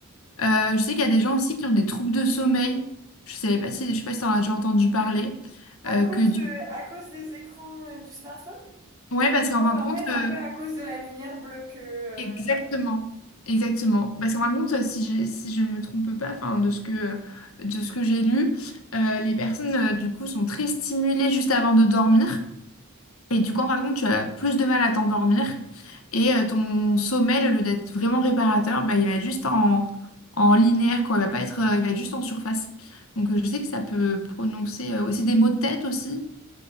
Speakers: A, on the left (about 70°); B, on the right (about 15°).
A: Euh, je sais qu'il y a des gens aussi qui ont des troubles de sommeil. Je savais pas si, je sais pas si t'en as déjà entendu parler.
B: À
A: Euh,
B: cause
A: que du...
B: de, à cause des écrans euh, du smartphone?
A: Ouais, parce qu'en
B: Donc
A: fin de
B: en
A: compte,
B: fait,
A: euh,
B: un peu à cause de la lumière bleue que, euh,
A: Exactement, exactement. Parce qu'en fin de compte, euh, si j'ai- si je ne me trompe pas, enfin, de ce que, euh, de ce que j'ai lu, euh, les personnes, euh, du coup, sont très stimulées juste avant de dormir. Et du coup, en fin de compte, tu as plus de mal à t'endormir. Et euh, ton sommeil, au lieu d'être vraiment réparateur, bah, il va être juste en, en linéaire, quoi. Il va pas être, euh, il va être juste en surface. Donc, euh, je sais que ça peut prononcer euh, aussi des maux de tête aussi.